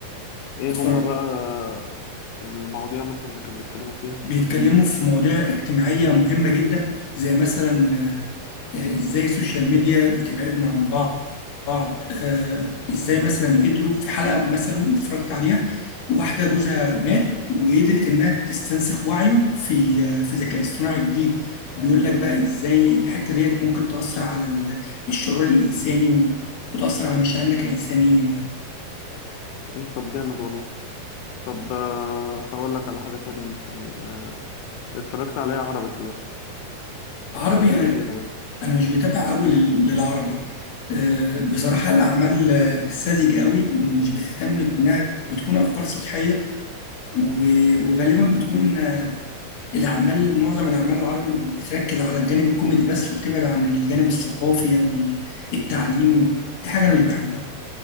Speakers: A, on the left; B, on the left.
A: إيه
B: اتفرج
A: هما بقى المواضيع مثلا اللي كانوا بيتكلموا فيها؟
B: بيتكلموا في مواضيع اجتماعيه مهمه جدا زي مثلا آه، ازاي السوشيال ميديا بتبعدنا عن بعض بعض آه ازاي مثلا قدروا في حلقه مثلا اتفرجت عليها واحده جوزها مات وقدرت انها تستنسخ وعيه في آه في ذكاء اصطناعي جديد وبيقول لك بقى ازاي الحته ديت ممكن تاثر على ال- الشعور الانساني و- وتاثر على مشاعرنا كانسانيين يعني
A: مم، طب جامد والله طب آه، هقول لك على حاجة تانية مثلا آه، اتفرجت عليها عربي في الآخر
B: عربي
A: الفترات
B: انا
A: الأخيرة يعني
B: انا مش متابع قوي للعربي آه بصراحه الاعمال آه، ساذجه قوي ومش بتهتم بانها بتكون افكار سطحيه و- وغالبا بتكون آه، الأعمال معظم الأعمال العربي بتركز على الجانب الكوميدي بس وبتبعد عن الجانب الثقافي أو ال- التعليمي دي حاجة أنا مش بحبها